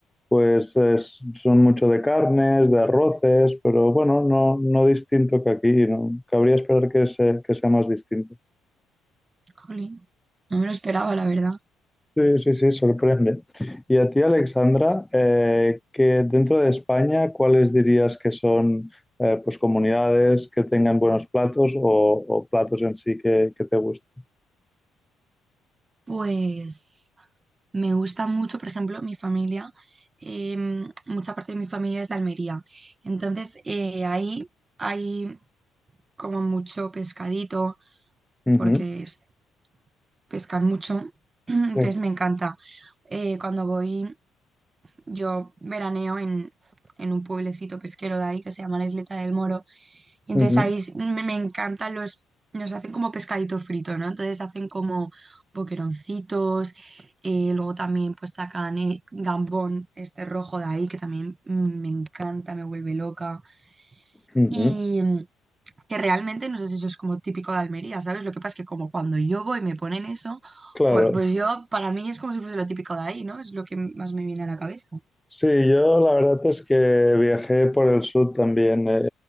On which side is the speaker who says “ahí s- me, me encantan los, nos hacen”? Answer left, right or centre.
Right